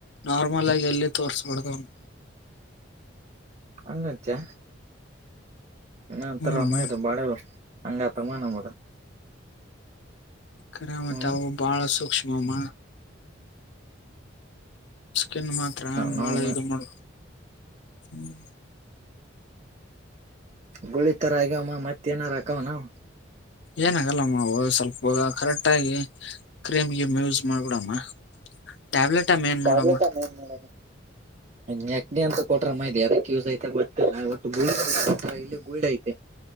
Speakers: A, on the left; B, on the right.
A: ನಾರ್ಮಲ್ ಆಗಿ ಇಲ್ಲ ತೋರ್ಸಬಡ್ದ ಅವನು
B: ಅಂಗತ್ಯ ಇನ್ನಂತರ
A: ಹೂನಮ್ಮ
B: ರಮ್ಮ ಇದು ಬಾಳೆ ಹಂಗ ತಗಮ್ಮ ನಮದ
A: ಕರಾಮತವು
B: ಹ್ಮ್
A: ಬಾಳ ಸೂಕ್ಷ್ಮಮ್ಮ ಸ್ಕಿನ್ ಮಾತ್ರ
B: ನಾವ್ನು
A: ಬಾಳ ಇ ಮಾಡುದು ಹ್ಮ್
B: ಗುಳಿತರಗ್ಯವಮ್ಮ ಮತ್ತೇನ ರಾಕವ ನ
A: ಏನ ಆಗಲ್ಲಮ್ಮ ಸ್ವಲ್ಪ ಹ ಕರೆಕ್ಟ್ ಆಗಿ ಕ್ರೀಮ್ಗೆ ಯೂಸ್ ಮಾಡ್ಬಿಡಮ್ಮ ಟ್ಯಾಬ್ಲೆಟ್ ಅಮ್ಮ ಏನ್ ನೋಡಮ್ಮ
B: ಾವಲಪ ಮನ್ ಮಡ ನೆಕ್ಡಿ ಅಂತ ಕೊಟ್ರ ಮೈ ಅದಕ್ಕೆ ಯೂಸ್ ಐತೆ ಗೊತ್ತಿಲ್ಲ ಒ ಗ ಇಲ್ಲಿ ಗುಳಿ ಐತೆ